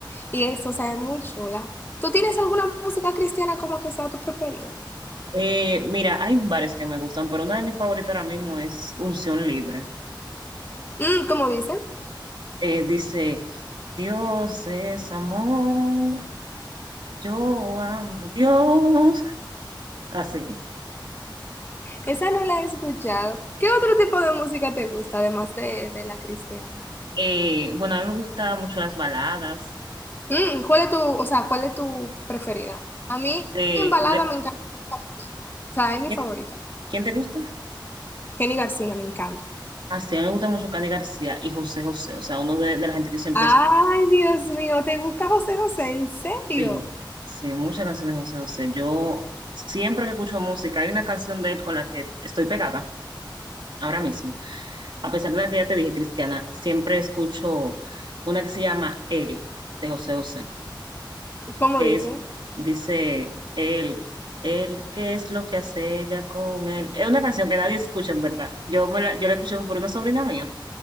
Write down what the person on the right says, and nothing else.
Eh, mira, hay varias que me gustan, pero una de mis favoritas ahora mismo es Unción Libre.
Eh, dice, Dios es amor, yo amo a Dios. Así.
Eh, bueno, a mí me gustan mucho las baladas.
Eh,
le-
¿quién,
quién te gusta?
Así, a mí me gusta mucho Cani García y José José, o sea, uno de, de la gente que yo siempre
escucho.
Sí, sí, muchas canciones de José José. Yo siempre que escucho música, hay una canción de él con la que estoy pegada ahora mismo. A pesar de la que ya te dije, Cristiana, siempre escucho una que se llama Él, de José José,
que
es, dice, Él, Él, ¿qué es lo que hace ella con él? Es una canción que nadie escucha, en verdad. Yo, me la, yo la escuché por una sobrina mía,